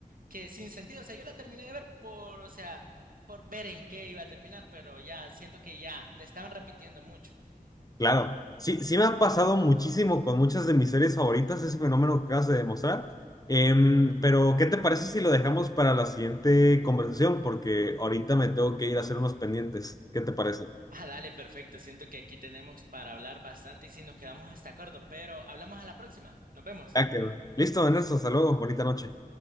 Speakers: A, on the right (about 70°); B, on the left (about 25°).
A: que sin sentido, o sea, yo la terminé de ver por, o sea, por ver en qué iba a terminar, pero ya siento que ya le estaban repitiendo mucho. <laughs>
B: Claro. Sí, sí me ha pasado muchísimo con muchas de mis series favoritas ese fenómeno que acabas de demostrar. Em, pero, ¿qué te parece si lo dejamos para la siguiente conversación? Porque ahorita me tengo que ir a hacer unos pendientes. ¿Qué te parece?
A: Ah, dale, perfecto, siento que aquí tenemos para hablar bastante y si nos quedamos hasta corto, pero hablamos a la próxima, nos vemos.
B: Ya quedó. Listo, Ernesto, saludos, bonita noche.